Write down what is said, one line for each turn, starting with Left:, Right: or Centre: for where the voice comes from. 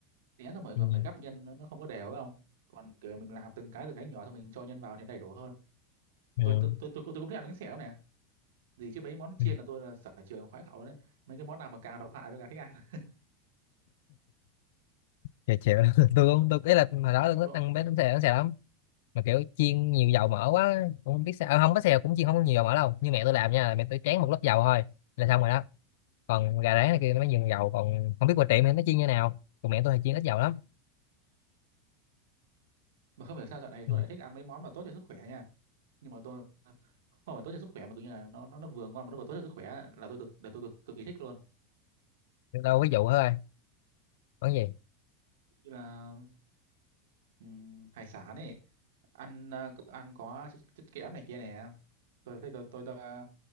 Right: xé xong rồi
Left: ừ.
Right: còn phải gắp nhân nó, nó không có đều phải không còn kiểu mình làm từng cái từng cái nhỏ xong mình cho nhân vào thì đầy đủ hơn
Left: Ừ.
Right: tôi tôi tôi tôi, cũng- tôi cũng thích ăn bánh xèo lắm nè gì chứ mấy món chiên
Left: ừ.
Right: là tôi là sở trường khoái khẩu đấy mấy cái món nào mà càng độc hại tôi càng thích ăn <laughs>
Left: chịu chịu <laughs> tôi cũng tôi ý là hồi đó tôi thích
Right: tôi,
Left: ăn bánh xèo bánh xèo lắm mà kiểu chiên nhiều dầu mỡ quá cũng không biết sao à, không bánh xèo cũng chiên không có nhiều dầu mỡ đâu như mẹ tôi làm nha mẹ tôi tráng một lớp dầu thôi là xong rồi đó còn gà rán này kia nó mới dùng dầu còn không biết qua tiệm thì nó chiên như nào còn mẹ tôi thì chiên ít dầu lắm
Right: mà không hiểu sao dạo này
Left: ừ.
Right: tôi lại thích ăn mấy món mà tốt cho sức khỏe nha nhưng mà tôi không phải tốt cho sức khỏe mà cứ như là nó nó nó vừa ngon mà nó vừa tốt cho sức khỏe là tôi cực là tôi cực cực kỳ thích luôn
Left: đâu ví dụ thôi món gì
Right: như là ừm, hải sản ấy ăn à, có- ăn có chất, chất kẽm này kia nè tôi tôi tôi tôi, tôi, à,